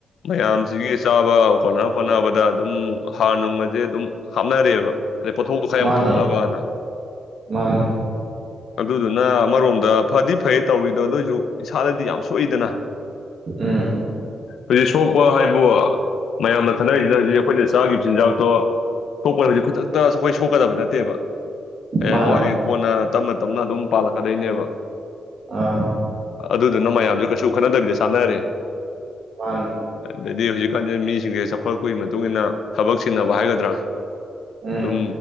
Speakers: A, on the left; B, on the right.
A: ꯃꯌꯥꯝ ꯁꯤꯒꯤ ꯆꯥꯕ ꯀꯣꯟꯅꯅꯕ ꯍ‌ꯣꯠꯅꯕꯗ ꯑꯗꯨꯝ ꯍꯥꯔ ꯅꯨꯡꯒꯁꯦ ꯑꯗꯨꯝ ꯍꯥꯞꯅꯔꯦꯕ ꯍꯥꯏꯗꯤ ꯄꯣꯠꯊꯣꯛꯗꯣ ꯈꯔ ꯌꯥꯝ
B: ꯃꯥꯅꯦ
A: ꯄꯨꯊꯣꯛꯅꯕꯅ
B: ꯃꯥꯅꯦ
A: ꯑꯗꯨꯗꯨꯅ ꯑꯃꯔꯣꯝꯗ ꯐꯗꯤ ꯐꯩ ꯇꯧꯔꯤꯗꯣ ꯑꯗ‌ꯣꯏꯁꯨ ꯏꯁꯥꯗꯗꯤ ꯌꯥꯝ ꯁꯣꯛꯏꯗꯅ
B: ꯑꯝ
A: ꯍꯧꯖꯤꯛ ꯁꯣꯛꯄ ꯍꯥꯏꯕꯨ ꯃꯌꯥꯝꯅ ꯈꯟꯅꯔꯤꯁꯤꯅ ꯍꯧꯖꯤꯛ ꯑꯩꯈꯣꯏꯅ ꯆꯥꯒꯤ ꯆꯤꯟꯖꯥꯛꯇꯣ ꯁꯣꯛꯄꯗꯗꯤ ꯈꯨꯗꯛꯇ ꯑꯩꯈꯣꯏ ꯁꯣꯛꯀꯗꯕ ꯅꯠꯇꯦꯕ ꯍꯌꯦꯡ
B: ꯃꯥꯅꯦ
A: ꯋꯥꯏ ꯀꯣꯟꯅ ꯇꯞꯅ ꯇꯞꯅ ꯑꯗꯨꯝ ꯄꯥꯜꯂꯛꯀꯗꯣꯏꯅꯦꯕ
B: ꯑꯥ
A: ꯑꯗꯨꯗꯨꯅ ꯃꯌꯥꯝꯁꯨ ꯀꯩꯁꯨ ꯈꯟꯅꯗꯕꯤꯗ ꯆꯥꯟꯅꯔꯦ
B: ꯃꯥꯟꯅꯦ
A: ꯑꯗꯩꯗꯤ ꯍꯧꯖꯤꯛ ꯀꯥꯟꯁꯦ ꯃꯤꯁꯤꯡꯁꯦ ꯆꯥꯎꯈꯠꯂꯛꯄꯒꯤ ꯃꯇꯨꯡ ꯏꯟꯅ ꯊꯕꯛ ꯆꯤꯟꯅꯕ ꯍꯥꯏꯒꯗ꯭ꯔꯥ
B: ꯎꯝ
A: ꯑꯗꯨꯝ